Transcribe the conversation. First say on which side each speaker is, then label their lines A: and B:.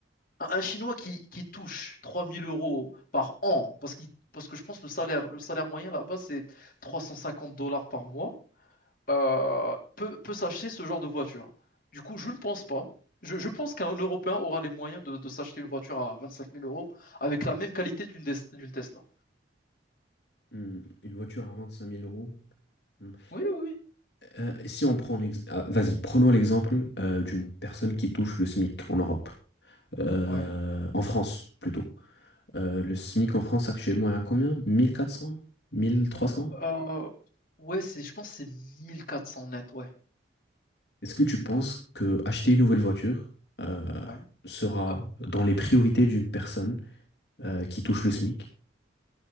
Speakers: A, on the left (about 45°); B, on the left (about 65°).
A: Un, un Chinois qui, qui touche 3 000 euros par an, parce qu'il, parce que je pense que le salaire, le salaire moyen là-bas, c'est 350 dollars par mois euh, peut, peut s'acheter ce genre de voiture. Du coup, je ne pense pas. Je, je pense qu'un Européen aura les moyens de, de s'acheter une voiture à 25 000 euros avec la même qualité d'une Des- d'une Tesla.
B: Hmm, Une voiture à 25 000 euros. Hmm.
A: Oui, oui, oui.
B: Euh, si on prend l'exemple, vas-y, prenons l'exemple euh, d'une personne qui touche le SMIC en Europe, Euh,
A: Ouais.
B: en France plutôt. Euh, le SMIC en France actuellement est à combien? 1400? 1300?
A: Euh, ouais, c'est, je pense que c'est 1400 net, ouais.
B: Est-ce que tu penses que acheter une nouvelle voiture euh,
A: Ouais.
B: sera
A: Euh,
B: dans les priorités d'une personne euh, qui touche le SMIC?